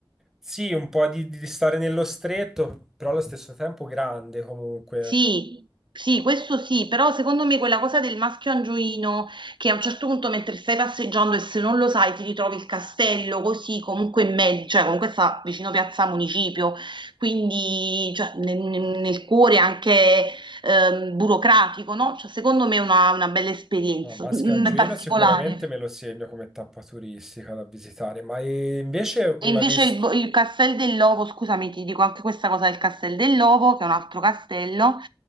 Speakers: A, in the centre; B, on the right.
A: Sì, un po' di, di stare nello stretto, però allo stesso tempo grande comunque.
B: Sì, sì, questo sì, però secondo me quella cosa del maschio angioino che a un certo punto mentre stai passeggiando e se non lo sai ti ritrovi il castello così comunque in mezzo, cioè comunque sta vicino Piazza Municipio, quindi cioè, nel, nel- nel cuore anche ehm, burocratico, no? Cioè, secondo me è una, una bella esperienza,
A: Ah, Maschio
B: mm,
A: Angioino
B: mm, particolare.
A: sicuramente me lo segno come tappa turistica da visitare, ma eh, invece una
B: E invece
A: vista...
B: il, bo- il Castel dell'Ovo, scusami, ti dico anche questa cosa del Castel dell'Ovo, che è un altro castello,